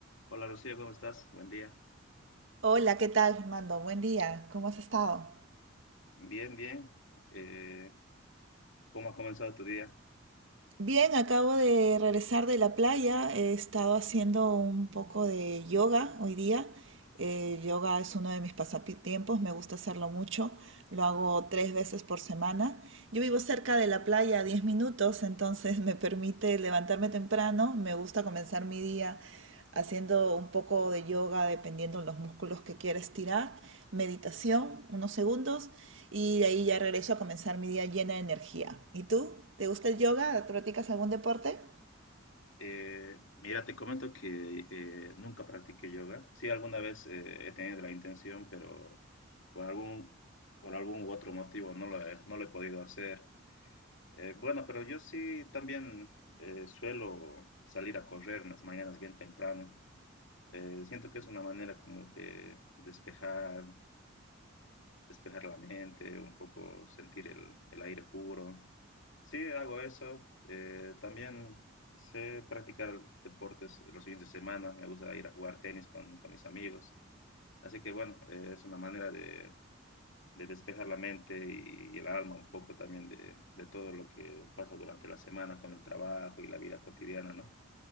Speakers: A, on the left (about 70°); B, on the right (about 65°).
A: Hola Rocío, ¿cómo estás? Buen día.
B: Hola, ¿qué tal, Fernando? Buen día, ¿cómo has estado?
A: Bien, bien. Eh, ¿cómo ha comenzado tu día?
B: Bien, acabo de regresar de la playa, he estado haciendo un poco de yoga hoy día. Eh, yoga es uno de mis pasatiempos, me gusta hacerlo mucho, lo hago tres veces por semana Yo vivo cerca de la playa a 10 minutos, entonces me permite levantarme temprano. Me gusta comenzar mi día haciendo un poco de yoga dependiendo de los músculos que quiera estirar, meditación, unos segundos, y de ahí ya regreso a comenzar mi día llena de energía. ¿Y tú? ¿Te gusta el yoga? ¿Practicas algún deporte?
A: Eh, mira, te comento que eh, nunca practiqué yoga. Sí, alguna vez eh, he tenido la intención, pero por algún, por algún u otro motivo no lo he, no lo he podido hacer. Eh, bueno, pero yo sí también eh, suelo salir a correr en las mañanas bien temprano. Eh, siento que es una manera como que despejar, despejar la mente, un poco sentir el, el aire puro. Sí, hago eso. Eh, también sé practicar deportes los fines de semana. Me gusta ir a jugar tenis con, con mis amigos. Así que bueno, eh, es una manera de, de despejar la mente y, y el alma un poco también de, de todo lo que pasa durante la semana con el trabajo y la vida cotidiana, ¿no?